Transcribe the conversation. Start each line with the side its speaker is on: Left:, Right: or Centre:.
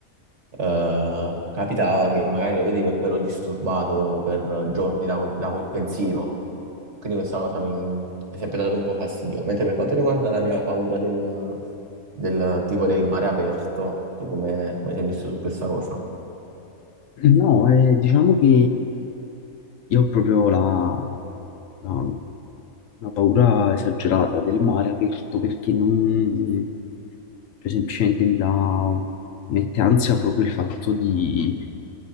Right: Eh, capitava che magari lo vedevo e poi ero disturbato per giorni da quel, da quel pensiero, quindi questa cosa mi è sempre dato un po' fastidio. Mentre per quanto riguarda la mia paura del, del tipo del mare aperto, tu come, come sei messo su questa cosa?
Left: No, eh, diciamo che io ho proprio la, la- una paura esagerata del mare aperto, perché non... cioè, semplicemente mi dà... mette ansia proprio il fatto di...